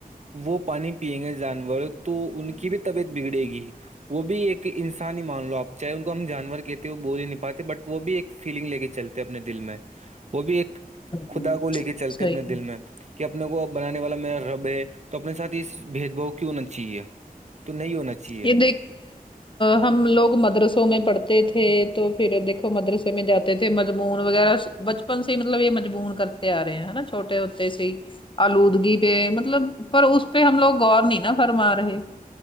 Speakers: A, on the right; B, on the left.
A: وہ پانی پیئیں گے جانور تو ان کی بھی طبیعت بگڑے گی وہ بھی ایک انسانی ہی مان لو آپ چاہے ان کو ہم جانور کہتے ہو بول ہی نہیں پاتے بٹ وہ بھی ایک فیلنگ لے کے چلتے اپنے دل میں وہ بھی ایک
B: ہوں،
A: خدا کو لے کے چلتے
B: صحیح
A: اپنے
B: ہوں۔
A: دل میں کہ اپنے کو بنانے والا میرا رب ہے تو اپنے ساتھ یہ بھید بھؤ کیوں ہونا چاہیے تو نہیں ہونا چاہیے
B: یہ ہم لوگ مدرسوں میں پڑھتے تھے تو پھر دیکھو مدرس میں جاتے تھے مجمون وغیرہ بچپن سے ہی مطلب یہ مجمون کرتے آ رہے ہیں نا چھوٹے آلودگی پہ مطلب پر اس پہ ہم لوگ غور نہیں نا فرما رہے